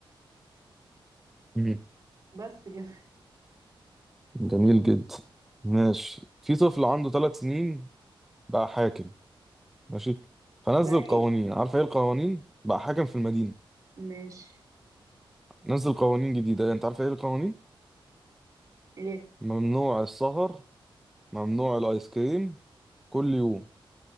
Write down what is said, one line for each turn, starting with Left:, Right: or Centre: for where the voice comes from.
Centre: مم.
Right: بس كده <laughs>
Centre: جميل جدا ماشي في طفل عنده ثلاث سنين بقى حاكم ماشي فنزل
Right: بقى
Centre: قوانين
Right: ايه
Centre: عارف ايه القوانين بقى حاكم في المدينة
Right: ماشي
Centre: نزل قوانين جديدة يعني انت عارف ايه القوانين
Right: ايه
Centre: ممنوع السهر ممنوع الايس كريم كل يوم